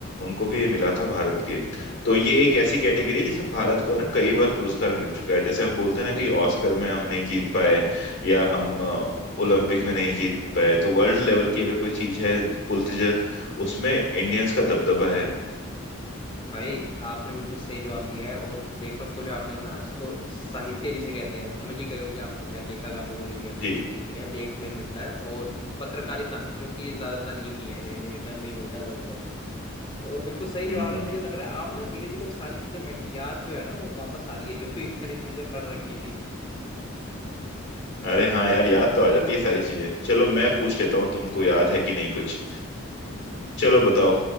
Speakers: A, on the left; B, on the left.
A: उनको भी ये मिला था भारत के तो ये एक ऐसी कैटेगरी है जिसमें भारत को ना कई बार पुरस्कार मिल चुका है जैसे हम बोलते हैं ना
B: बिल्कुल
A: कि ऑस्कर
B: बिल्कुल
A: में हम नहीं जीत पाए या हम अ, ओलंपिक में नहीं जीत पाए तो वर्ल्ड लेवल
B: हम्म
A: की अगर कोई चीज है पुलितजर उसमें इंडियंस का दबदबा है
B: भाई आपने बिल्कुल सही जवाब दिया है और लेखक को जो आपने ना इसको साहित्य जिसे कहते हैं समझ ही गए हो कि आप तो खैर लेखक आपने बोल ही दिया
A: जी
B: ठीक है लेख में मिलता है और पत्रकारिता में जो कि ज्यादातर यही है यानी रिटर्न में ही मिलता है ज्यादातर तो तो बिल्कुल सही जवाब
A: हम्म
B: है मुझे लग रहा है आप ना धीरे धीरे वो सारी चीजें मैं- याद जो है ना वो वापस आ रही है जो भी <laughs> पहले चीजें पढ़ रखी थी
A: अरे हाँ यार याद तो आ जाती है सारी चीजें चलो मैं पूछ लेता हूँ तुमको याद है कि नहीं कुछ
B: हम्म हम्म
A: चलो बताओ